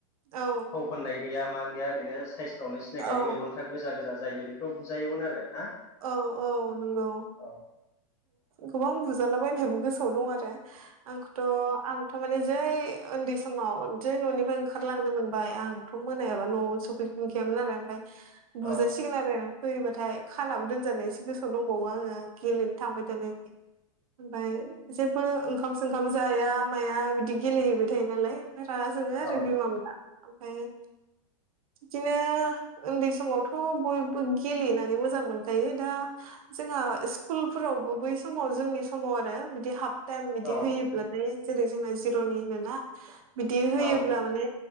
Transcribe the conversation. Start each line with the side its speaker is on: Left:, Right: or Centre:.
Right: औ
Left: थाव फाननाय गैया मा गैया ओरैनो सायसफ्रावनो सिनायखायो
Right: औ
Left: मेगनफ्रा गोजा गोजा जायो बेफोराव बुजायोमोन आरो ना
Right: औ-औ नंगौ
Left: औ
Right: गोबां बुजालाबायहाबो गोसोआव दं आरो आंखौथ' आं थमाने जै उन्दै समाव जै न'निफ्राय ओंखारलांनो मोनबाय आंथ' मोनायाबा न'आवनो सफै <unintelligible> आरो ओमफाय बुजासिगोन
Left: औ
Right: आरो फैयोबाथाय खानाबो दोनजानाय एसे गोसोआव दंबावो आङो गेलेनो थांबाय थानायनि ओमफ्राय जेबो ओंखाम सोंखाम जाया माया बिदि गेलेहैबाय थायो नालाय ओमफाय <unintelligible> जोङो आरो
Left: औ
Right: बिमा मोना ओमफाय बिदिनो उन्दै समावथ' बयबो गेलेनानै मोजां मोनखायो दा जोंहा स्कुल फोरावबो बै समाव जोंनि समाव आरो बिदि हाफ टाइम बिदि
Left: औ
Right: होयोब्लाथाय जेरै जोंना जिर'नि होनोना बिदि होयोब्ला
Left: औ
Right: माने